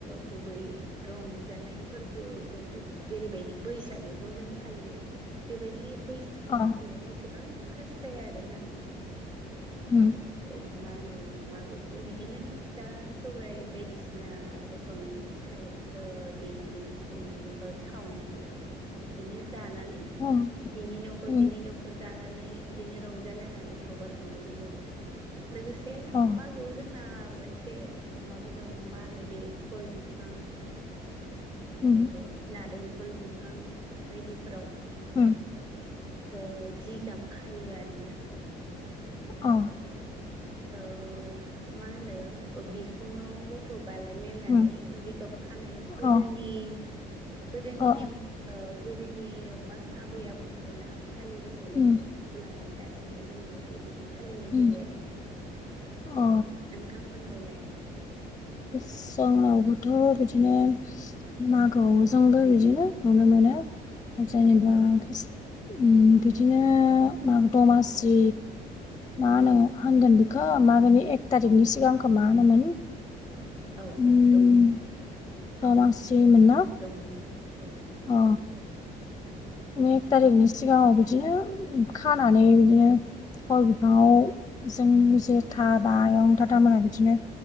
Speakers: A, on the right (about 30°); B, on the left (about 20°).
A: गुबै रंजानाय फोरबोफोरबायदि जेरैबायदि बैसागोखौ जों फालियो। बेबायदि बैसा
B: अ
A: मागोआव एसेबां खास जाया आरोना औ
B: उम
A: औ मा होनो? मागोखौ बिदिनो फिथा सौराइ बायदिसिना रोखोमनि फिथाइ देनानै सौनानै बा सावनानै बिदिनो जानानै बिनि
B: उम
A: न'खर
B: उम
A: बिनि न'खर फोर जानानै बिदिनो रंजालायनानै हगार हरनाय जायो आरो लोगोसे
B: अ
A: मागोआव जोंना मोनसे माबा दं मा होनो बे गय बिफां ओ
B: उम
A: नारेंखल बिफां बायदिफोराव
B: उम।
A: ओ जिगाब खायो आरोना।
B: अ
A: ओ ओ मा होनो ओ बिखुङाव थ' बालायलायनानै
B: उम
A: रिगाब खानाय गोदोनि
B: अ
A: गोदोनि
B: अ
A: नेम। ओ गोदोनि मा आबै आबौमोना फालिबोनाय नेमखान्थिखौ
B: उम
A: लानानै दासि बो जोंनाव बेबायदि फालिनाय
B: उम
A: जायो आरो।
B: अ
A: नोंथांमोननावलाय?
B: समावबोथ' बिदिनो मागोआव जोंबो बिदिनो नुनो मोनो। जेनेबा
A: औ
B: फास उम बिदिनो माग दमासि। मा होनो
A: औ
B: होनगोन बिखो मागोनि एक थारिगनि सिगांखौ मा होनोमोन?
A: औ
B: उम
A: औ दमासिखौनो होनो
B: दमासिमोन
A: माहागो
B: ना
A: दमासि औ।
B: अ एक थारिगनि सिगाङाव बिदिनो खानानै बिदिनो गय बिफाङाव जोंनि जेथाबा आयं दादा मोनहा बिदिनो